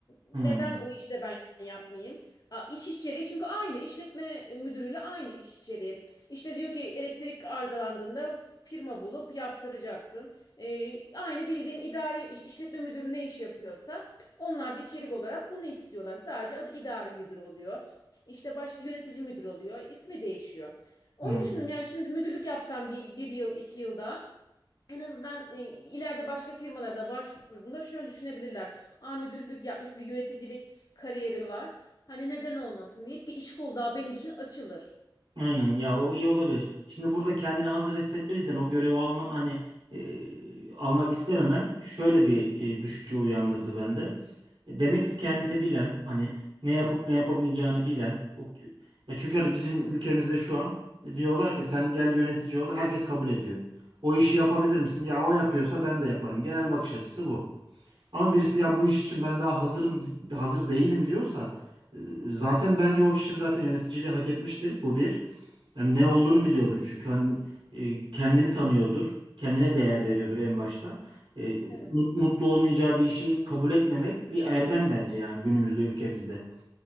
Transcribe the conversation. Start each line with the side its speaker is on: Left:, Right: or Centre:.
Left: Neden
Right: Hmm,
Left: o işi de ben yapmayayım? A, iş içeriği çünkü aynı işletme müdürüyle aynı iş içeriği. İşte diyor ki elektrik arızalandığında firma bulup yaptıracaksın. E, aynı bildiğin idari iş- işletme müdürü ne iş yapıyorsa onlar da içerik olarak bunu istiyorlar. Sadece adı idari müdür oluyor. İşte başka yönetici müdür oluyor. İsmi değişiyor. Onu
Right: hmm.
Left: düşündüm yani şimdi müdürlük yapsam bir, bir yıl iki yılda en azından e, ileride başka firmalarda başvurduğumda şöyle düşünebilirler. Aa müdürlük yapmış bir yöneticilik kariyeri var. Hani neden olmasın deyip bir iş kolu daha benim için açılır.
Right: Aynen ya o iyi olabilir. Şimdi burada kendini hazır hissetmediysen o görevi alman hani e, almak istememen şöyle bir e, düşünce uyandırdı bende. E, Demek ki kendini bilen hani ne yapıp ne yapamayacağını bilen o, ya çünkü hani bizim ülkemizde şu an e, diyorlar ki sen gel yönetici ol herkes kabul ediyor. O işi yapabilir misin? Ya o yapıyorsa ben de yaparım. Genel bakış açısı bu. Ama birisi ya bu iş için ben daha hazırım hazır değilim diyorsa e, zaten bence o kişi zaten yöneticiliği hak etmiştir. Bu bir. Yani ne olduğunu biliyordur çünkü hani e, kendini tanıyordur. Kendine değer veriyordur en başta. E, mut-
Left: Evet
Right: Mutlu olmayacağı bir işi kabul etmemek bir erdem bence yani günümüzde ülkemizde.